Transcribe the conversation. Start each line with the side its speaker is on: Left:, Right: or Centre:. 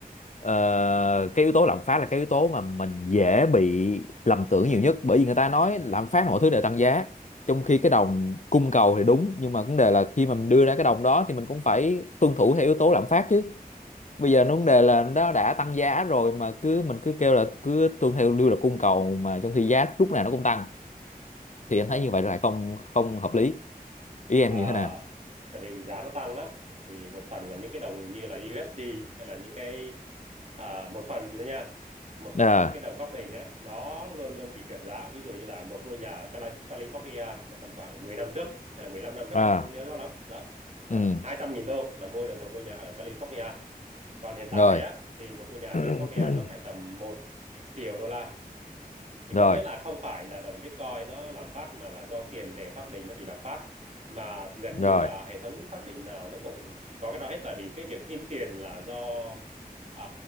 Left: ờ, cái yếu tố lạm phát là cái yếu tố mà mình dễ bị lầm tưởng nhiều nhất bởi vì người ta nói lạm phát mọi thứ đều tăng giá trong khi cái đồng cung cầu thì đúng nhưng mà vấn đề là khi mà mình đưa ra cái đồng đó thì mình cũng phải tuân thủ theo yếu tố lạm phát chứ bây giờ vấn đề là nó đã tăng giá rồi mà cứ mình cứ kêu là cứ tuân theo lưu là cung cầu mà trong khi giá lúc nào nó cũng tăng thì anh
Right: ừ.
Left: thấy như vậy là không không hợp lý ý em
Right: À,
Left: như thế nào
Right: tại vì giá nó tăng á thì một phần là những cái đồng như là USD hay là những cái à, một phần nữa nha một phần
Left: à
Right: là những cái đồng pháp định á nó luôn luôn bị trượt giá ví dụ như là một ngôi nhà ở Cali- California mà tầm khoảng 10 năm trước hay là 15 năm trước
Left: à
Right: em không nhớ rõ lắm đó là
Left: ừ
Right: 200.000 đô là mua được một ngôi nhà ở California còn hiện tại
Left: rồi
Right: á thì một ngôi nhà ở
Left: <coughs>
Right: California nó phải tầm một triệu đô la thì
Left: <clears throat>
Right: có
Left: rồi
Right: nghĩa là không phải là đồng Bitcoin nó làm phát mà là do tiền tệ pháp định nó bị làm phát mà thì gần
Left: rồi
Right: như là hệ thống pháp định nào nó cũng có cái đó hết tại vì cái việc in tiền là do à,